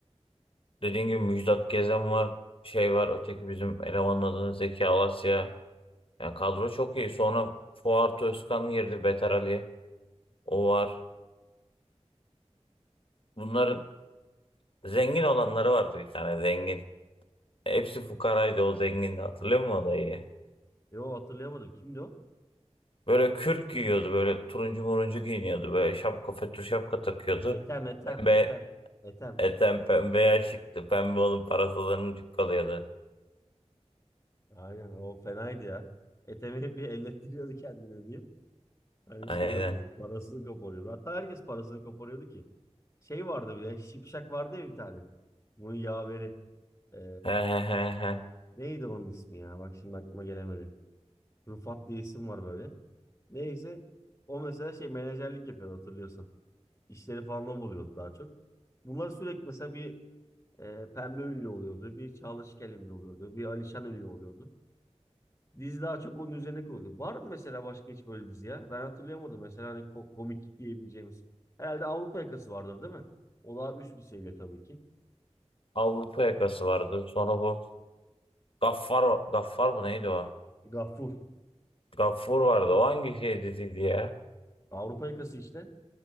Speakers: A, on the left (about 50°); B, on the left (about 25°).
A: Dediğin gibi Müjdat Gezen var. Şey var öteki bizim elemanın adını Zeki Alasya. Yani kadro çok iyi. Sonra Fuat Özkan girdi. Beter Ali. O var. Bunların zengin olanları vardı bir tane zengin. Hepsi fukaraydı o zengindi. Hatırlıyor musun o dayıyı?
B: Yo hatırlayamadım. Kimdi o?
A: Böyle kürk giyiyordu böyle turuncu muruncu giyiniyordu böyle şapka fötr şapka takıyordu.
B: Etem, Etem,
A: Pembe,
B: Etem, Etem.
A: eten pembe şıktı. Pembe onun parasalarının çıkkalıyordu.
B: Aynen o fenaydı ya. Etemi hep bir ellettiriyordu kendine diyeyim. Hani
A: Aynen.
B: şey yapıyordu. Parasını koparıyordu. Hatta herkes parasını koparıyordu ki. Şey vardı bir de. Şipşak vardı ya bir tane. Bunun yaveri. Ee,
A: He he he he.
B: neydi onun ismi ya? Bak şimdi aklıma gelemedi. Rufat diye isim var böyle. Neyse. O mesela şey menajerlik yapıyordu hatırlıyorsan. İşleri falan o buluyordu daha çok. Bunlar sürekli mesela bir E, Pembe ünlü oluyordu. Bir Çağla Şikel ünlü oluyordu. Bir Alişan ünlü oluyordu. Dizi daha çok onun üzerine kuruldu. Var mı mesela başka hiç böyle dizi ya? Ben hatırlayamadım. Mesela hani ko- komik diyebileceğimiz. Herhalde Avrupa Yakası vardır değil mi? O daha üst bir seviye tabii ki.
A: Avrupa yakası vardı. Sonra bu Gaffar, Gaffar mı neydi o?
B: Gafur.
A: Gaffur vardı. O hangi şey diziydi ya?
B: Avrupa Yakası işte.